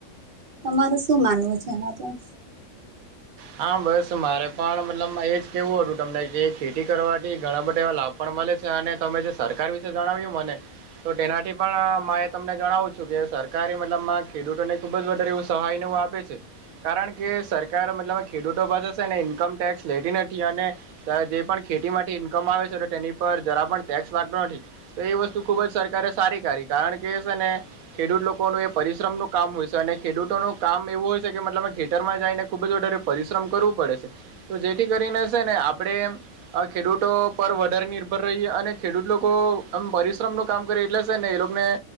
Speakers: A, on the right (about 50°); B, on the right (about 85°).
A: તમારું શું માનવું છે એના પર
B: હા બસ મારે પણ મતલબમાં એજ કેવું હટુ તમને કે ખેટી કરવાથી ઘણા બધા એવા લાભ પણ મલે છે અને તમે જે સરકાર વિશે જણાવ્યું મને તો ટેનાથી પણ મા એ તમને જણાવું છું કે સરકારી મતલબમાં ખેડૂતોને ખૂબ જ વધારે એવું સહાય ને એ આપે છે કારણ કે સરકાર મતલબ, ખેડૂતો પાસે હ છે ને ઇન્કમ ટેક્સ લેતી નથી અને, ત જે પણ ખેતી માટેથી ઈન્કમ આવે છે તો તેની પર જરા પણ ટેક્સ લાગતો નથી. તો એ વસ્તુ ખુબ જ સરકારે સારી કરીી કારણ કે છે ને, ખેડૂત લોકોનું એ પરિશ્રમનું કામ હોય છે અને ખેડૂતોનું કામ એવું હોય છે કે મતલબ ખેતરમાં જઈને ખુબ જ ઓરે, પરિશ્રમ કરવું પડે છે તો જેથી કરીને છે ને આપણેે, આ ખેડૂતો પર વધારે નિર્ભર રહી. અને ખેડૂત લોકો એમ પરિશ્રમ નો કામ કરી એટલે સર ને એ લોકો ને,